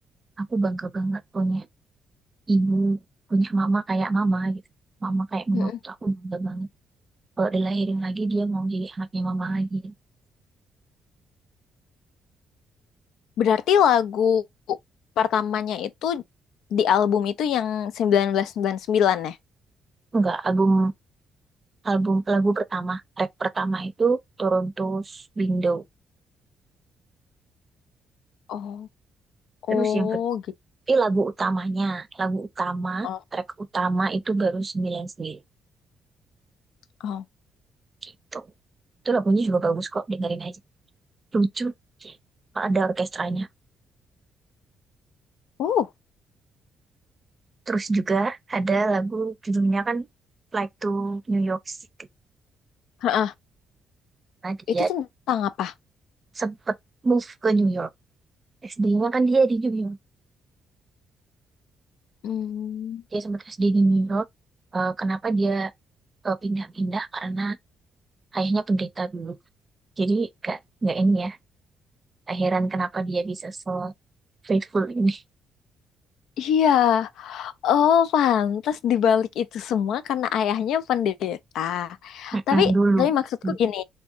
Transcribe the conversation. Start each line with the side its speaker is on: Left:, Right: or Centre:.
Right: aku bangga banget punya ibu, punya mama kayak mama gitu. Mama kayak mama
Left: Mm-mm.
Right: tuh aku bangga banget. Kalau dilahirin lagi dia mau jadi anaknya mama lagi.
Left: Berarti lagu pertamanya itu di album itu yang seribu sembilan ratus sembilan puluh sembilan ya?
Right: Enggak, album album lagu pertama, track pertama itu Toronto's Window.
Left: Oh, oh
Right: Terus yang kedua,
Left: gitu.
Right: eh, lagu utamanya, lagu utama,
Left: Oh,
Right: track utama itu baru sembilan sembilan
Left: oh.
Right: gitu. Itu lagunya juga bagus kok, dengerin aja. lucu kalau ada orkestranya.
Left: Uh,
Right: Terus juga ada lagu judulnya kan Flight to New York City.
Left: heeh.
Right: Nah, dia
Left: Itu tentang apa?
Right: sempet move ke New York. SD-nya kan dia di New York.
Left: Hmm.
Right: Dia sempet SD di New York. Eh, kenapa dia eh, pindah-pindah? Karena ayahnya pendeta dulu. Jadi gak, nggak ini ya. Gak heran kenapa dia bisa se faithful ini
Left: Iya, oh pantas dibalik itu semua karena ayahnya pendeta.
Right: Mm-mm,
Left: Tapi,
Right: dulu.
Left: tapi maksudku
Right: Mm.
Left: gini,